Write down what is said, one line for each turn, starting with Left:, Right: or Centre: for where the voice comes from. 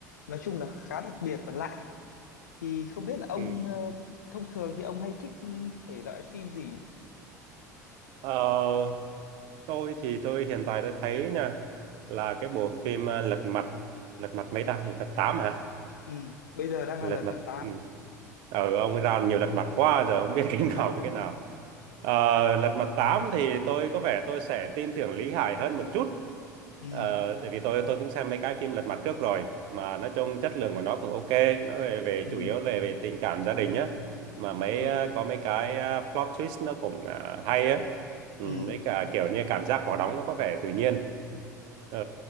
Left: nói chung là khá đặc biệt và lạ thì không biết là ông
Right: Ừ.
Left: ờ, thông thường thì ông hay thích ừ, thể loại phim gì nhỉ?
Right: Ờ, tôi thì tôi hiện tại tôi thấy nha là cái bộ phim à, Lật Mặt Lật Mặt mấy ta? Lật Mặt 8 hả?
Left: Ừ, bây giờ đang
Right: lật
Left: là lần
Right: mặt
Left: mặt tám.
Right: ừ.
Left: Ừ.
Right: ờ ông ấy ra nhiều lật mặt quá giờ không biết <laughs> cái
Left: <laughs>
Right: nào với cái nào Ờ, lật mặt 8 thì tôi có vẻ tôi sẽ tin tưởng Lý Hải hơn một chút
Left: ừ
Right: Ờ, tại vì tôi tôi cũng xem mấy cái phim lật mặt trước rồi mà nói chung chất lượng của nó cũng ok nó về về
Left: ừ
Right: chủ yếu về về tình cảm gia đình á mà mấy
Left: đúng
Right: ờ,
Left: rồi
Right: có mấy cái ờ, plot twist nó cũng ờ, hay á ừ,
Left: ừ
Right: mấy cả kiểu như cảm giác khó đóng nó có vẻ tự nhiên Ờ,